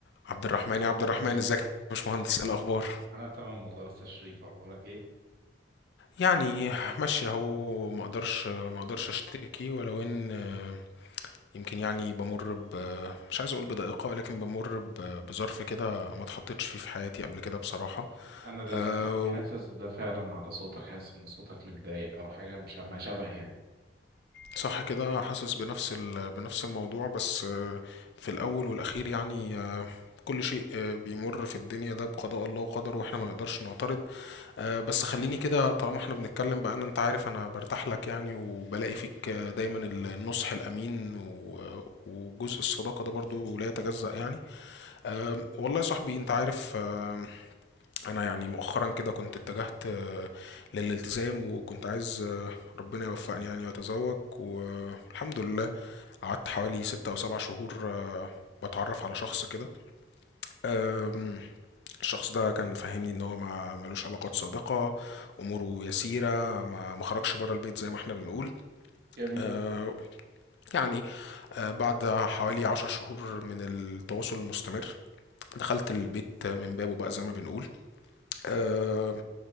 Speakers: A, on the left (about 65°); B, on the right (about 55°).
A: عبد الرحمن يا عبد الرحمن ازيك يا باشمهندس ايه الاخبار
B: انا تمام والله يا استاذ شريف اخبارك ايه
A: يعني ماشي اهو ما اقدرش ما اقدرش اشتكي ولو ان آه، يمكن يعني بمر ب آه، مش عايز اقول بضائقه ولكن بمر ب- بظرف كده ما اتحطتش فيه في حياتي قبل كده بصراحه
B: انا للاسف
A: آه،
B: حاسس ده فعلا على صوتك حاسس ان صوتك متضايق او حاجه مش ما شبه يعني
A: صح كده حاسس بنفس ال- بنفس الموضوع بس آه، في الاول والاخير يعني آه، كل شيء آه، بيمر في الدنيا ده بقضاء الله وقدره واحنا ما نقدرش نعترض أه بس خليني كده طالما احنا بنتكلم بقى ان انت عارف انا برتاح لك يعني وبلاقي فيك آه، دايما النصح الامين و- وجزء الصداقة ده برضو لا يتجزأ يعني أه والله يا صاحبي انت عارف أه انا يعني مؤخرا كده كنت اتجهت أه للالتزام وكنت عايز أه ربنا يوفقني يعني واتزوج والحمد لله قعدت حوالي ستة او سبع شهور أه بتعرف على شخص كده آم، الشخص ده كان فاهمني ان هو ما ملوش علاقات سابقة اموره يسيرة ما ما خرجش بره البيت زي ما احنا بنقول
B: جميل
A: آه، يعني آه، بعد حوالي عشر شهور من التواصل المستمر دخلت البيت من بابه بقى زي ما بنقول آه،